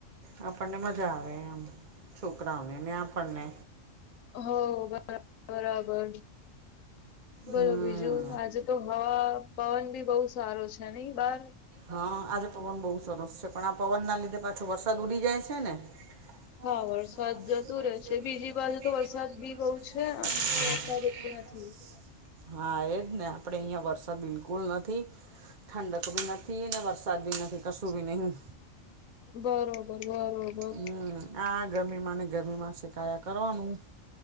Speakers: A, on the right; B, on the left.
A: આપણને મજા આવે એમ છોકરાઓને ને આપણને.
B: હો બ બરાબર. બોલો
A: હમ
B: બીજું આજે તો હવા પવન બી બહુ સારો છે નઈ બાર.
A: હા આજે પવન બહુ સરસ છે પણ આ પવન ના લીધે પાછો વરસાદ ઉડી જાય છે ને <unintelligible>
B: હા વરસાદ જતો રહેશે બીજી બાજુ તો વરસાદ બી બહુ છે અને વરસાદ એટલો નથી.
A: હા એજ ને આપડે અહંયા વરસાદ બિલકુલ નથી. ઠંડક બી નથી ને વરસાદ બી નથી કશું બી નહી.
B: બરોબર બરોબર.
A: હમ આ ગરમી માં ને ગરમીમાં શેકાયા કરવાનું